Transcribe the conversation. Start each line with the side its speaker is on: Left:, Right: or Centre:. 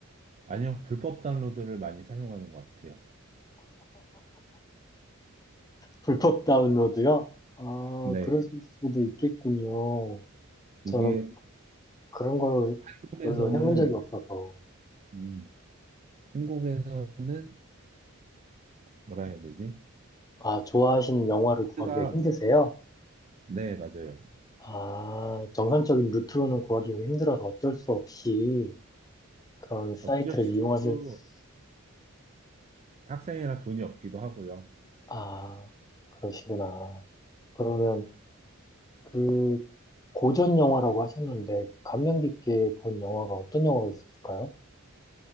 Right: 아니요. 불법 다운로드를 많이 사용하는 것 같아요.
Left: 불법 다운로드요? 아,
Right: 네.
Left: 그럴 수도 있겠군요.
Right: 이게
Left: 저는 그런 거를
Right: 한국에서는,
Left: 별로 해본 적이 없어서.
Right: 음, 한국에서는 뭐라 해야 되지?
Left: 아, 좋아하시는 영화를 구하기가
Right: 가
Left: 힘드세요?
Right: 네, 맞아요.
Left: 아, 정상적인 루트로는 구하기가 힘들어서 어쩔 수 없이 그런 사이트를
Right: 어쩔 수
Left: 이용하실,
Right: 없고
Left: 수-
Right: 학생이라 돈이 없기도 하고요.
Left: 아, 그러시구나. 그러면 그 고전 영화라고 하셨는데, 감명 깊게 본 영화가 어떤 영화가 있을까요?